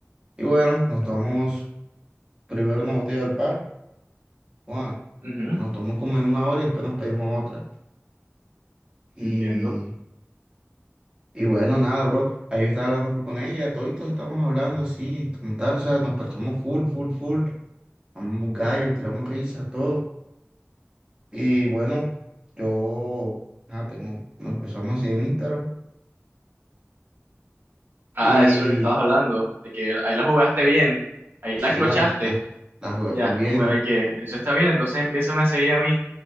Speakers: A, on the right; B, on the right.
A: Y bueno, nos tomamos primero una botella del par. Bueno,
B: Ujú,
A: nos tomamos como en una hora y después nos pedimos otra. Y
B: entiendo.
A: Y bueno, nada, bro. Ahí yo estaba hablando full con ella, toditos estamos hablando así, como tal, o sea, nos parchamos full, full, full. Amamos gallos, tiramos risas, todo. Y bueno, yo, ah, tengo, nos empezamos a seguir en Instagram.
B: Ah,
A: Y
B: eso es lo que estabas hablando, de que ahí la jugaste bien, ahí la
A: sí,
B: clochaste,
A: la, la, la jugué
B: ya,
A: full bien,
B: como
A: ¿no?
B: de que eso está bien, entonces empieza a seguir a mí,